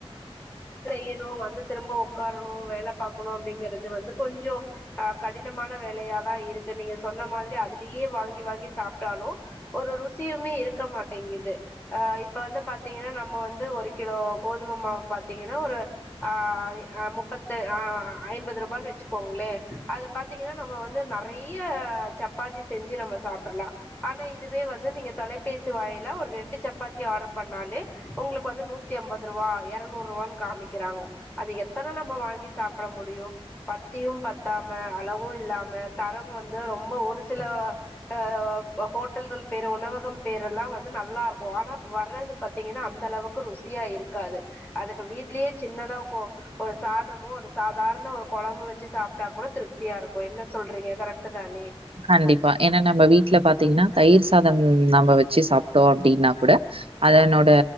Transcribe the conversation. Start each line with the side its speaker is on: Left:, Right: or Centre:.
Left: செய்யணும் வந்து திரும்ப உக்காரணும் வேல பாக்கணும் அப்டிங்கிறது வந்து கொஞ்சோ அஹ் கடினமான வேலையாதான் இருக்கு நீங்க சொன்ன மாதிரி அதுலயே வாங்கி வாங்கி சாப்ட்டாலும் ஒரு ருசியுமே இருக்க மாட்டேங்குது அஹ் இப்ப வந்து பாத்தீங்கன்னா நம்ம வந்து ஒரு கிலோ கோதும மாவு பாத் தீங்கன்னா ஒரு ஆஹ் முப்பத்து ஆஹ் ஐம்பது ரூபானு வச்சு கோங்ளே அது பாத்தீங்கன்னா நம்ம வந்து நறைய சப்பாத்தி செஞ்சு நம்ம சாப்ட்றலா ஆனா இதுவே வந்து நீங்க தொலைபேசி வாயில ஒரு ரெண்டு சப்பாத்தி ஆர்டர் பண்ணாலே உங்குளுக்கு வந்து நூத்தி அம்பதுருபா இறநூ நூறுபானு காமிக்கிறாங்க அது எத்தன நம்ம வாங்கி சாப்புட முடியு பத்தியும் பத்தாம அளவோ இல்லாம தரம் வந்து ரொம்ப ஒரு சில அ ஹோட்டல்கள் பேரு உணவகம் பேருலா வந்து நல்லா இருக்கோ ஆனா வர்றது பாத்தீங்கன்னா அந்த அளவுக்கு ருசியா இருக்காது அதுக்கு வீட்லேயே சின்னதா கொ ஒரு சாதமோ ஒரு சாதாரண ஒரு கொழம்பு வெச்சு சாப்ட்டா கூட திருப்தியா இருக்கோ என்ன சொல்றீங்க கரெக்ட்டு தானே
Right: கண்டிப்பா ஏன்னா நம்ம வீட்ல பாத்தீங்கன்னா தயிர் சாதம் நம்ம வெச்சு சாப்ட்டோ அப்டீன்னா கூட அதனோட